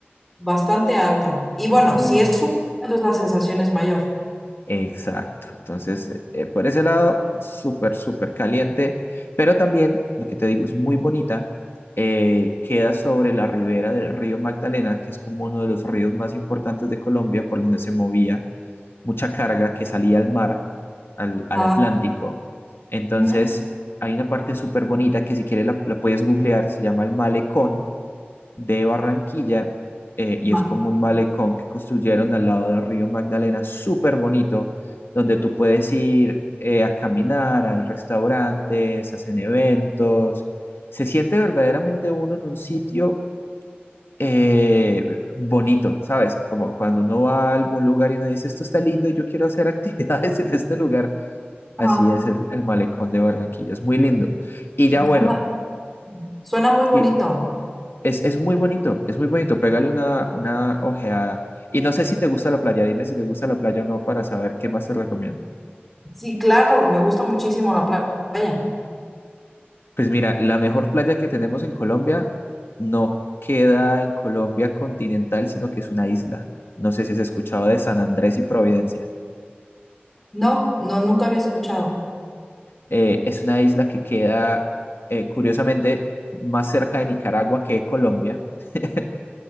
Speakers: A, in the centre; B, on the left.
A: bastante alto. Y bueno,
B: Mm,
A: si es un entonces la sensación es mayor.
B: Exacto. Entonces, eh, eh, por ese lado, súper, súper caliente, pero también, lo que te digo, es muy bonita. Eh, queda sobre la ribera del río Magdalena, que es como uno de los ríos más importantes de Colombia, por donde se movía mucha carga que salía al mar, al, al
A: Ah,
B: Atlántico. Entonces,
A: ujú,
B: hay una parte súper bonita que si quieres la, la puedes googlear, se llama el malecón de Barranquilla eh, y
A: ma-
B: es como un malecón que construyeron al lado del río Magdalena, súper bonito, donde tú puedes ir eh, a caminar, hay restaurantes, hacen eventos. Se siente verdaderamente uno en un sitio eh, bonito, ¿sabes? Como cuando uno va a algún lugar y uno dice, esto está lindo y yo quiero hacer actividades <laughs> en este lugar. Así
A: ajá,
B: es el, el malecón de Barranquilla, es muy lindo. Y ya bueno,
A: Suena, suena muy bonito.
B: sí. Es, es muy bonito, es muy bonito. Pégale una, una ojeada. Y no sé si te gusta la playa, dime si te gusta la playa o no para saber qué más te recomiendo.
A: Sí, claro, me gusta muchísimo la pla- playa.
B: Pues mira, la mejor playa que tenemos en Colombia no queda en Colombia continental, sino que es una isla. No sé si has escuchado de San Andrés y Providencia.
A: No, no, nunca había escuchado.
B: Eh, es una isla que queda, eh, curiosamente, más cerca de Nicaragua que de Colombia. <laughs>